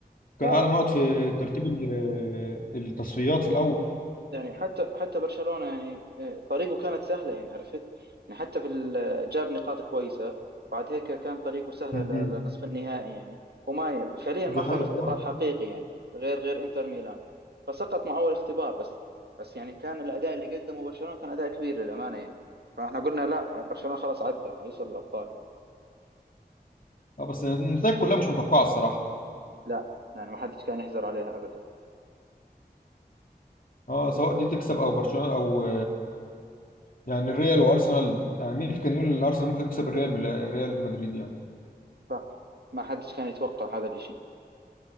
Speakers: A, on the left (about 55°); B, on the right (about 75°).
A: كان
B: اه
A: أعلى نقط في ترتيب ال- التصفيات في الأول
B: يعني حتى حتى برشلونة يعني آه، طريقه كانت سهلة يعني عرفت يعني حتى في ال- آه، جاب نقاط كويسة بعد هيك كان طريقه سهلة
A: مم.
B: ل- للنصف النهائي يعني وما ي- فعليا
A: دي
B: ما أخذ
A: حقيقة
B: اختبار
A: اه
B: حقيقي يعني غير غير إنتر ميلان فسقط مع أول اختبار بس بس يعني كان الأداء اللي قدمه برشلونة كان أداء كبير للأمانة يعني فاحنا قلنا لا برشلونة خلاص عدى حيوصل للأبطال يعني
A: اه بس النتائج كلها مش متوقعة الصراحة
B: لا يعني ما حدش كان يحزر عليها أبدا
A: اه سواء دي تكسب او برشلونة او يعني الريال وارسنال يعني مين اللي كان يقول ان الارسنال ممكن تكسب الريال من ريال مدريد يعني
B: صح ما حدش كان يتوقع هذا الإشي